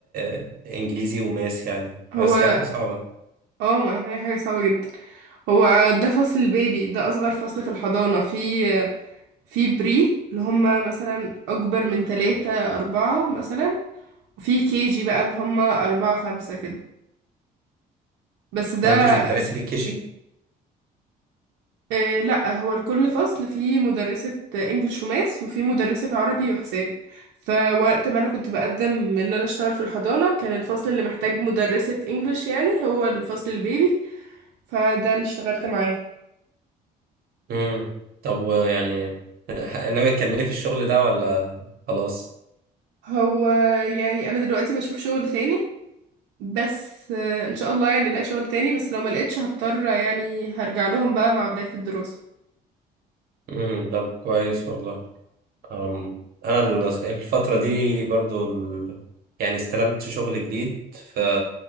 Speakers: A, on the right (about 65°); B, on the right (about 85°).
A: آه، انجليزي وماس يعني
B: هو
A: ماس دي حاجة صعبة
B: اه ما هي حاجة صعبة جدا هو ده فصل البيبي ده أصغر فصل في الحضانة في في بري اللي هم مثلا أكبر من تلاتة أربعة مثلا وفي كيجي بقى اللي هم أربعة خمسة كده بس ده
A: طب وانت مش بتدرسي للكيجي
B: آه لأ هو لكل فصل في مدرسة إنجليش وماس وفي مدرسة عربي وحساب فوقت ما أنا كنت بقدم إن أنا أشتغل في الحضانة كان الفصل اللي محتاج مدرسة إنجليش يعني هو الفصل البيبي فده اللي اشتغلت معاه
A: امم طب ويعني ناوي تكملي في الشغل ده ولا خلاص
B: هو يعني أنا دلوقتي بشوف شغل تاني بس آه، ان شاء الله يعني الاقي شغل تاني بس لو ما لقيتش هضطر يعني هرجع لهم بقى مع بداية الدراسة
A: امم ده كويس والله أم، انا ال- الفترة دي برضو ال... يعني استلمت شغل جديد ف